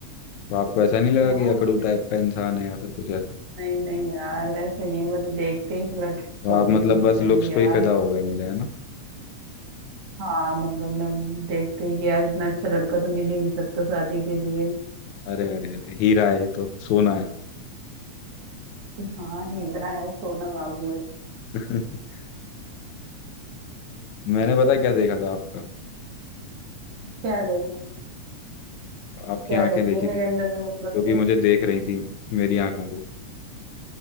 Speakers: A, on the left; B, on the right.
A: तो आपको ऐसा नहीं लगा
B: हाँ
A: कि अकड़ू
B: तो फिर
A: टाइप का इंसान है या फिर कुछ ऐसा
B: नहीं नहीं यार ऐसे नहीं है मैं तो देखते ही फ्लर्ट
A: तो
B: हो
A: आप
B: गई
A: मतलब
B: तुमसे
A: बस लुक्स
B: कि यार
A: पे ही फिदा
B: इतना
A: हो गए मेरे है ना
B: हाँ मतलब मैं देखते ही कि यार इतना अच्छा लड़का तो मिल ही नहीं सकता शादी के लिए
A: अरे अरे अरे हीरा है ये तो सोना
B: हाँ हीरा है सोना बाबू है
A: है <laughs> मैंने पता क्या देखा था आपका
B: क्या देखा
A: आपकी
B: क्या
A: आंखें
B: देख
A: देखी
B: लिया मेरे
A: थी
B: अंदर
A: मैंने
B: में मतलब तुमने?
A: जो कि मुझे देख रही थी मेरी आंखों को